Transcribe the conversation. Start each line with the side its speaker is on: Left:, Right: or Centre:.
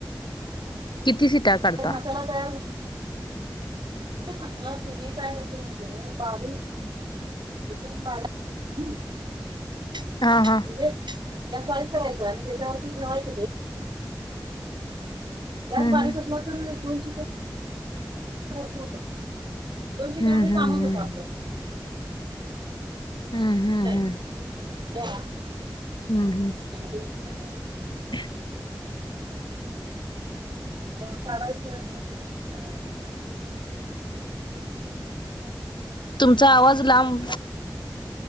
Left: किती सिटा
Right: <unintelligible> नंतर
Left: काढता
Right: मसाला तयार नाही म्हटलं ते नि काय होतंय. माहितेय, बारीक एकदम बारीक. हम. <unintelligible>
Left: हा
Right: म्हणजे
Left: हा
Right: गॅस बारीक करायच. आणि त्याच्यावरती ठेवायचं ते. गॅस
Left: हम्म
Right: बारीक असला, तर एक - दोन शिट्या भरपूर होतं. दोन शिट्ट्यामध्ये,
Left: हम्म
Right: कामच
Left: हम्म हम्म
Right: होतं आपलं.
Left: हम्म,
Right: असं
Left: हम्म,
Right: आहे
Left: हम्म.
Right: <unintelligible>
Left: हम्म हम्म <inaudible>
Right: अ काढायचं. नंतर मग <unintelligible> हे करायचं <unintelligible> करायचं. एकीकडे आमटी करायची.
Left: तुमचा आवाज
Right: <unintelligible>
Left: लांब